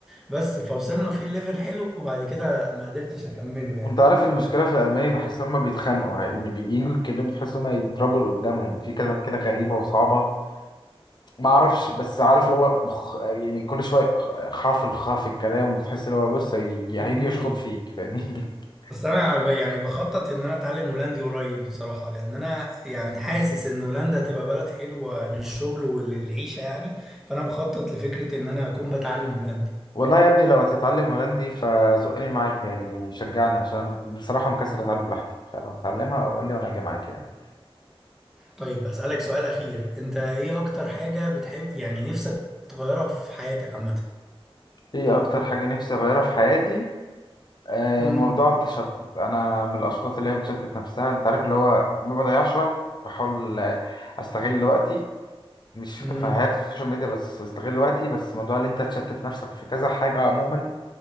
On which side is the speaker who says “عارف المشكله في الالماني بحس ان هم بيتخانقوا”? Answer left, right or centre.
Left